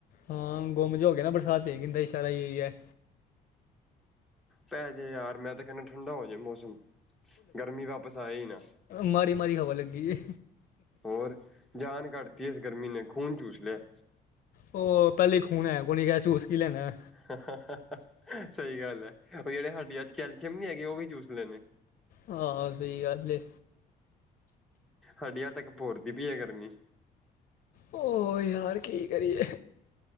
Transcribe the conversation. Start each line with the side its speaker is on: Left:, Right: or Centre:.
Left: ਹਾਂ ਗੁੰਮ ਜਿਹਾ ਹੋ ਗਿਆ ਨਾ ਬਰਸਾਤ ਤੇ ਗੰਮ ਇਸ਼ਾਰਾ ਇਹ ਹੀ ਹੈ।
Centre: ਪੈ ਜੇ ਯਾਰ ਮੈਂ ਤਾਂ ਕਹਿੰਦਾ ਠੰਡਾ ਹੋ ਜੇ ਮੌਸਮ। ਗਰਮੀ ਵਾਪਿਸ ਆਏ ਹੀ ਨਾ।
Left: ਮਾੜੀ-ਮਾੜੀ, ਹਵਾ ਲੱਗੀ ਏ।
Centre: ਹੋਰ ਜਾਨ ਕੱਢਤੀ ਏ ਇਸ ਗਰਮੀ ਨੇ ਖੂਨ ਚੂਸ ਲਿਆ।
Left: ਉਹ ਪਹਿਲੇ ਖੂਨ ਹੈ ਕੋਨੀ ਚੂਸ ਕੀ ਲੈਣਾ।
Centre: ਸਹੀ ਗੱਲ ਏ, ਉਹ ਜਿਹੜੇ ਸਾਡੀੇ ਅੱਜ ਕੈਲਸ਼ੀਅਮ ਨੀ ਹੈਗੇ ਉਹ ਵੀ ਚੂਸ ਲੈਣੇ।
Left: ਹਾਂ-ਹਾਂ ਸਹੀ ਗੱਲ ਏ।
Centre: ਹੱਡੀਆਂ ਤੱਕ ਭੁਰਦੀ ਪਈ ਐ ਗਰਮੀ।
Left: ਹੋ ਯਾਰ ਕੀ ਕਰੀਏ?